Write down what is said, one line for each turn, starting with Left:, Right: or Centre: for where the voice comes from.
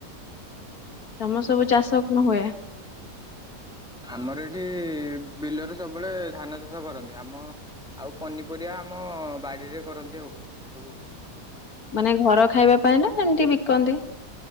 Left: ତମ ସବୁ ଚାଷ କଣ ହୁଏ?
Centre: ଆମର ଏଠି ବିଲରେ ସବୁବେଳେ ଧାନ ଚାଷ କରନ୍ତି ଆମ ଆଉ ପନିପରିବା। ଆମ ବାଡିରେ କରନ୍ତି ଆଉ ସବୁ।
Left: ମାନେ ଘର ଖାଇବା ପାଇଁ ନା ଏମିତି ବିକନ୍ତି?